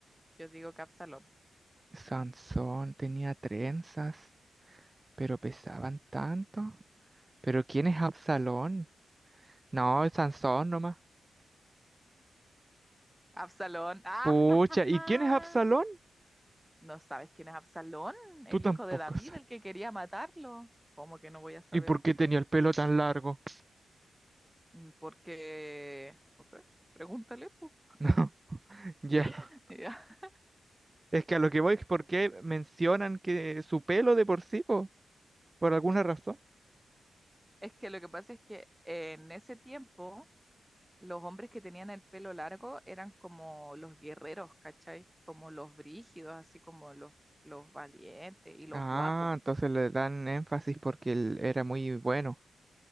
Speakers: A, in the centre; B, on the right.
A: Yo digo que Absalón.
B: Sansón tenía trenzas, pero pesaban tanto. ¿Pero quién es Absalón? No, es Sansón nomás.
A: Absalón. ¡Ah!
B: Pucha,
A: <laughs>
B: ¿y quién es Absalón?
A: ¿No sabes quién es Absalón? El
B: Tú tampoco
A: hijo de David,
B: sabes.
A: el que quería matarlo. ¿Cómo que no voy a saber?
B: ¿Y por qué tenía el pelo tan largo?
A: Mm, Porque, no sé, pregúntale, po.
B: No, <laughs> ya.
A: <laughs>
B: Es que a lo que voy es porque mencionan que su pelo de por sí, po, por alguna razón.
A: Es que lo que pasa es que eh, en ese tiempo los hombres que tenían el pelo largo eran como los guerreros, ¿cachai? Como los brígidos, así como los, los valientes y los
B: Ah,
A: guapos.
B: entonces le dan énfasis porque él era muy bueno,